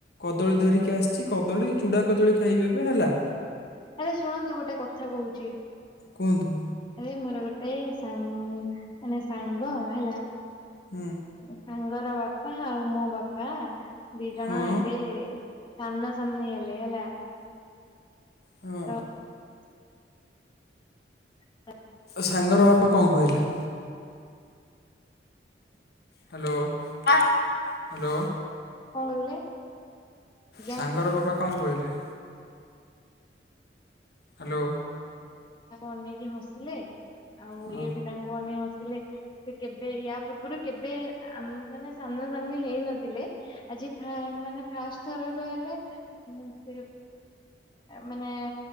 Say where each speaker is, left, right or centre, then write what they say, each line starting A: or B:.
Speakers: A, on the left; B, on the left.
A: କଦଳୀ ଧରିକି ଆସିଚି କଦଳୀ ଚୁଡା କଦଳୀ ଖାଇବି ଏବେ ହେଲା।
B: ଆରେ ଶୁଣନ୍ତୁ ଗୋଟେ କଥା କହୁଚି
A: କୁହନ୍ତୁ।
B: ଆରେ ମୋର ଗୋଟେ ସାଙ୍ଗ୍-ମାନେ ସାଙ୍ଗ ହେଲା
A: ହୁଁ
B: ସାଙ୍ଗର ବାପା ଆଉ ମୋ ବାପା ଦି ଜଣ
A: ହଁ
B: ଏବେ ସାମ୍ନା ସାମ୍ନି ହେଲେ ହେଲା
A: ହଁ
B: ତ <inaudible>
A: ସାଙ୍ଗର ବାପା କଣ କହିଲେ? ହାଲୋ-ହାଲୋ।
B: କହିଲେ ଆଜ୍ଞା
A: ସାଙ୍ଗର ବାପା କଣ କହିଲେ? ହାଲୋ।
B: ଅନେଇକି ହସିଲେ ଆଉ
A: ହଁ
B: ଇଏ ବି ତାଙ୍କୁ ଅନେକ ହସିଲେ। ସେ କେବେ ୟା ପୂର୍ବରୁ କେବେ ଆ ମାନେ ସାମ୍ନା ସାମ୍ନି ହେଇ ନଥିଲେ ଆଜି ଫା ମାନେ ଫାଷ୍ଟ। ଥର କହିଲେ ସେ ମାନେ